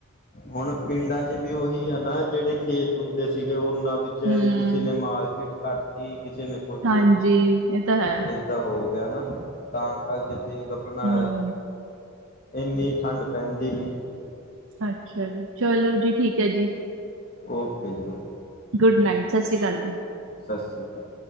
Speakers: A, on the left; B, on the right.
A: ਹੁਣ ਪਿੰਡਾਂ ਚ ਵੀ ਉਹੀ ਆ ਨਾ ਜਿਹੜੇ ਖੇਤ ਹੁੰਦੇ ਸੀਗੇ ਉਹਨਾਂ ਵਿੱਚ
B: ਹਮ
A: ਕਿਸੇ ਨੇ ਮਾਰਕੀਟ ਕੱਟਤੀ ਕਿਸੇ ਨੇ ਕੁਛ
B: ਹਾਂਜੀ ਇਹ ਤਾਂ ਹੈ
A: ਕਿੱਦਾਂ ਹੋ ਗਿਆ ਨਾ ਤਾਂ ਕਰਕੇ ਫਿਰ ਆਪਣਾ
B: ਹਮ
A: ਇੰਨੀ ਠੰਡ ਪੈਂਦੀ ਨਹੀਂ,
B: ਅੱਛਾ ਜੀ ਚਲੋ ਜੀ, ਠੀਕ ਹੈ ਜੀ।
A: ਓਕੇ ਜੀ, ਓਕੇ!
B: ਗੁਡ ਨਾਈਟ, 'ਸਤਿ ਸ਼੍ਰੀ ਅਕਾਲ'ਜੀ।
A: ਸਤਿ ਸ੍ਰੀ ਅਕਾਲ